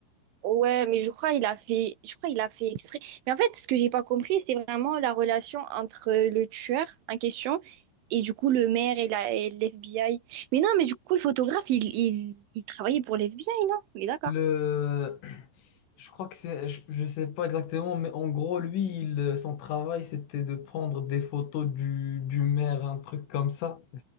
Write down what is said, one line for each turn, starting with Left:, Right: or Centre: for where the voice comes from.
Right: Ouais, mais je crois il a fait, je crois il a fait exprès. Mais en fait, ce que j'ai pas compris, c'est vraiment la relation entre le tueur en question et du coup le maire et la et l'FBI. Mais non, mais du coup le photographe, il, il, il travaillait pour l'FBI, non? On est d'accord.
Left: Le... <clears throat> Je crois que c'est. Je, je sais pas exactement, mais en gros, lui, il, euh, son travail, c'était de prendre des photos du, du maire, un truc comme ça.